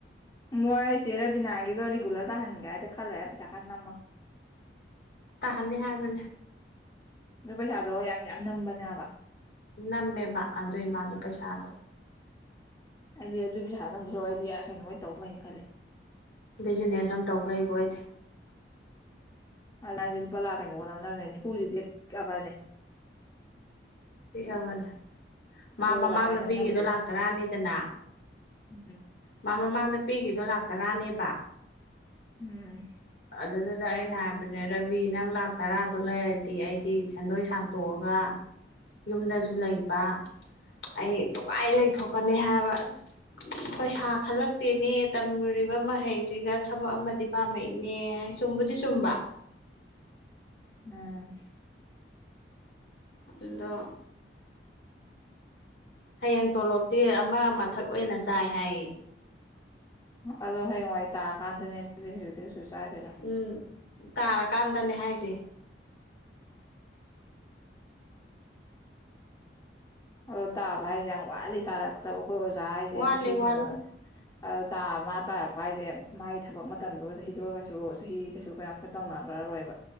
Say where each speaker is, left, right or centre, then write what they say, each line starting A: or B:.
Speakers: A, on the left; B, on the left.
A: ꯃꯣꯏ ꯆꯦꯔ ꯕꯤꯅꯥꯒꯗꯣ ꯔꯤꯒꯨꯂꯔ ꯇꯥꯍꯟꯒꯦ ꯍꯥꯏꯗꯤ ꯈꯜꯂꯦ ꯄꯩꯁꯥ ꯀꯟ ꯅ ꯑꯃꯨ
B: ꯇꯥꯍꯟꯅꯤ ꯍꯥꯏꯕꯅꯦ
A: ꯑꯗꯨ ꯄꯩꯁꯥꯗꯣ ꯌꯥꯝ ꯌꯥꯝ ꯅꯝꯕꯅꯦ ꯍꯥꯏꯕ
B: ꯅꯝꯃꯦꯕ ꯑꯗꯨ ꯏꯃꯥꯗꯣ ꯄꯩꯁꯥꯗꯣ
A: ꯑꯩꯗꯤ ꯑꯗꯨꯒꯤ ꯄꯩꯁꯥꯗ ꯅꯝꯕꯁꯨ ꯑꯩꯗꯤ ꯀꯩꯅꯣ ꯑꯣꯏ ꯇꯧꯕ ꯐꯩꯍꯥꯏꯅ ꯈꯜꯂꯦ
B: ꯕꯤꯖꯤꯅꯦꯁ ꯑꯃ ꯇꯧꯈꯕ ꯑꯣꯏꯗꯤ
A: ꯑ ꯂꯥ ꯂꯨꯄꯥ ꯂꯥꯛ ꯀꯩꯅꯣ ꯀꯝ ꯅꯝꯅꯕꯅꯦ ꯏꯅꯤꯝꯐꯨꯁꯤ ꯗꯤꯠ ꯀꯥꯕꯅꯦ
B: ꯄꯤꯛꯑꯕꯅꯦ ꯃꯥ
A: ꯑꯣꯖꯥꯈꯩ
B: ꯃꯃꯥꯡꯗ
A: ꯅꯝꯅꯕꯗꯣ
B: ꯄꯤꯈꯤꯗꯣ ꯂꯥꯛ ꯇꯔꯥꯅꯤꯗꯅ
A: ꯎꯝ
B: ꯃꯥ ꯃꯃꯥꯡꯗ ꯄꯤꯈꯤꯗꯣ ꯂꯥꯛꯇꯔꯥꯅꯦꯕ
A: ꯎꯝ
B: ꯑꯗꯨꯗꯨꯗ ꯑꯩꯅ ꯍꯥꯏꯕꯅꯦ ꯔꯕꯤ ꯅꯪ ꯂꯥꯛ ꯇꯔꯥꯗꯣ ꯂꯩꯔꯗꯤ ꯑꯩꯗꯤ ꯁꯦꯟꯗꯣꯏ ꯁꯥꯟꯇꯣꯛꯑꯒ ꯌꯨꯝꯗꯁꯨ ꯂꯩꯕ ꯑꯩ ꯅꯨꯡꯉꯥꯏ ꯂꯩꯊꯣꯛꯀꯅꯤ ꯍꯥꯏꯕ ꯑꯁ ꯄꯩꯁꯥ ꯈꯜꯂꯛꯇꯦꯅꯦ ꯇꯝꯃꯨꯔꯤꯕ ꯃꯍꯩꯁꯤꯒ ꯊꯕꯛ ꯑꯃꯗꯤ ꯄꯥꯝꯃꯛꯏ ꯏꯅꯦ ꯆꯨꯝꯕꯨꯗꯤ ꯆꯨꯝꯕ
A: ꯎꯝ
B: ꯑꯗ ꯍꯌꯦꯡ ꯇꯣꯂꯣꯞꯇꯤ ꯑꯃ ꯑꯃꯊꯛ ꯑꯣꯏꯅ ꯆꯥꯏ ꯍꯥꯏꯌꯦ
A: ꯑꯗꯣ ꯍꯌꯦꯡꯋꯥꯏ ꯇꯥꯔꯀꯥꯟꯗꯅꯦ ꯑꯗꯨꯗꯤ ꯍꯧꯖꯤꯛꯇꯤ ꯀꯩꯁꯨ ꯆꯥꯒꯦꯔ
B: ꯎꯝ ꯇꯥꯔꯀꯥꯟꯗꯅꯦ ꯍꯥꯏꯁꯦ
A: ꯑꯗꯣ ꯇꯥꯕ ꯍꯥꯏꯁꯦ ꯌꯥꯝ ꯋꯥꯠꯂꯤ ꯇꯥꯔꯛꯇꯕ ꯑꯩꯈꯣꯏ ꯑꯣꯖꯥ ꯍꯥꯏꯁꯦ
B: ꯋꯥꯠꯂꯤ
A: ꯆꯍꯤ
B: ꯋꯥꯠꯂꯤ
A: ꯀꯩꯅꯣ ꯑꯗꯨ ꯇꯥ ꯑꯃ ꯇꯥꯔꯛꯄ ꯍꯥꯏꯁꯦ ꯃꯒꯤ ꯊꯕꯛ ꯃꯇꯝꯗꯨꯒ ꯆꯍꯤꯗꯨꯔ ꯀꯩꯁꯨ ꯆꯍꯤ ꯀꯩꯁꯨ ꯀꯌꯥꯝ ꯈ ꯇꯧꯅ ꯆꯈ꯭ꯔꯔꯣꯏꯕ